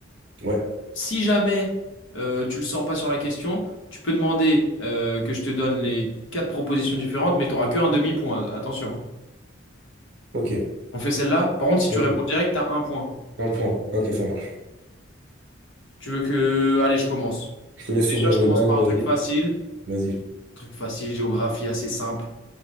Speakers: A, on the right; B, on the left.
A: Ouais,
B: Si jamais euh, tu le sens pas sur la question, tu peux demander euh, que je te donne les quatre propositions différentes, mais t'auras que un demi-point. Attention.
A: ok,
B: On fait celle-là. Par contre, si tu
A: ok.
B: réponds direct, t'as un point.
A: Un point, ok, ça marche.
B: Tu veux que, allez, je commence.
A: Je te laisse
B: Déjà,
A: ouvrir
B: je commence
A: le bal,
B: par
A: vas-y,
B: un truc facile.
A: vas-y.
B: Un truc facile, géographie assez simple.